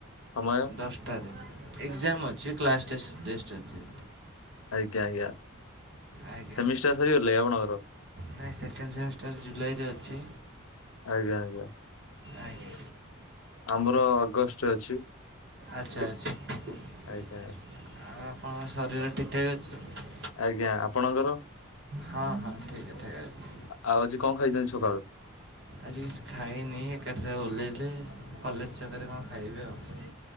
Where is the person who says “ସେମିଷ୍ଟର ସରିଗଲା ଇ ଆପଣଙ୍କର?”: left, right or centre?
Left